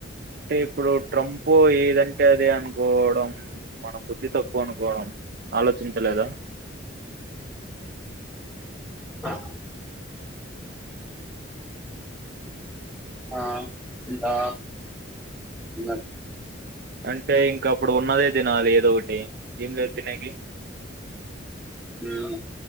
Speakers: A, on the right; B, in the centre.
A: అంటే ఇప్పుడు ట్రంప్ ఏదంటే అదే అనుకోవడం మన బుద్ధి తక్కువ అనుకోవడం ఆలోచించలేదా
B: ఆ ఆ దా ఇంగ
A: అంటే ఇంకా అప్పుడు ఉన్నదే తినాలి ఏదోకటి ఏం లేదు తినేకి
B: ఉ